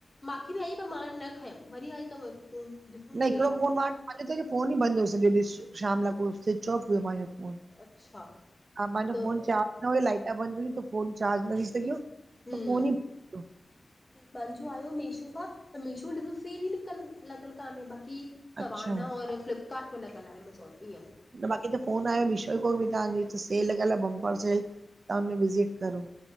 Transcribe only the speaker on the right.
न
हिकिड़ो फो
मांो फोन ईंदि हुयो सॼो ॾ शाम लाइ को स्विच ऑफ हुयो मुंहिंजो
हा माहिंजो
फोन चार्ज न हुयो लाईटा बंद हुई त फोन चार्ज न थी सघियो।
फोन ई बंदि हुयो।
अच्छा
न बाक़ी त फोन आहियो मिशोई को बि तव्हांजी सेल लॻ आ बम्पर सेल तव्हां हुन में विज़िट करो।